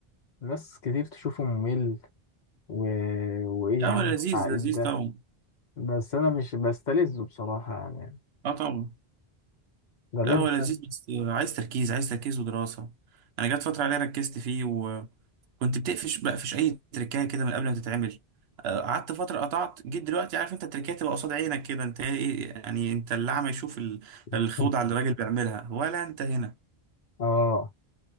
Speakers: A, on the left; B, on the right.
A: ناس كتير تشوفه ممل و... وايه
B: لا
A: يا
B: هو
A: عم
B: لذيذ
A: التعقيد
B: لذيذ
A: ده
B: طبعا
A: بس انا مش بستلذه بصراحة يعني
B: اه طبعا
A: ده غير
B: لا هو
A: بقى
B: لذيذ بس عايز تركيز عايز تركيز ودراسة أنا جت فترة عليا ركزت فيه وكنت بتقفش بقفش أي تركاية كده من قبل ما تتعمل آه، قعدت فترة قطعت جيت دلوقتي عارف أنت التركاية تبقى قصاد عينك كده أنت إيه يعني أنت اللي أعمى يشوف ال-
A: <laughs>
B: الخوضة اللي الراجل بيعملها ولا أنت هنا
A: اه